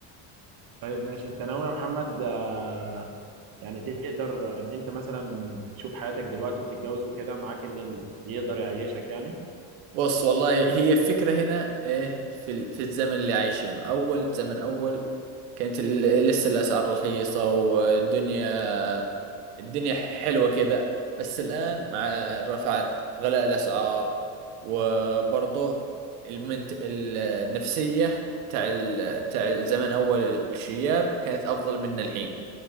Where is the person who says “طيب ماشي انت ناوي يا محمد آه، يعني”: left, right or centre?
Right